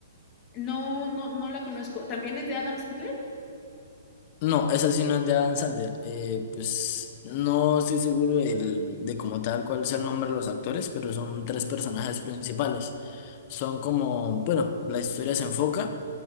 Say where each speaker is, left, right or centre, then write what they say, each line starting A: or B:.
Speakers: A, on the left; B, on the left.
A: No, no, no la conozco. ¿También es de Adam Sandler?
B: No, esa sí no es de Adam Sandler. Eh, pues no estoy seguro del- de cómo tal cuál sea el nombre de los actores, pero son tres personajes principales. Son como, bueno, la historia se enfoca